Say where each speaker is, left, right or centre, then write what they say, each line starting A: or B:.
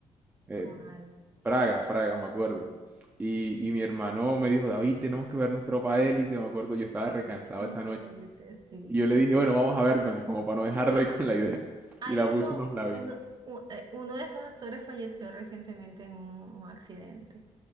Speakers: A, on the right; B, on the right.
A: eh,
B: ¿cuál?
A: Fraga, Fraga, me acuerdo. Y, y mi hermano me dijo, David, tenemos que vernos Tropa Élite, me acuerdo, yo estaba recansado
B: Tropa
A: esa noche.
B: de Élite, sí.
A: Y yo le dije, bueno, vamos a vernosla, como para no dejarlo ahí con la idea.
B: Hay
A: Y la
B: uno,
A: puse y nos la vimos.
B: uno, u- eh, uno de esos actores falleció recientemente en un un accidente.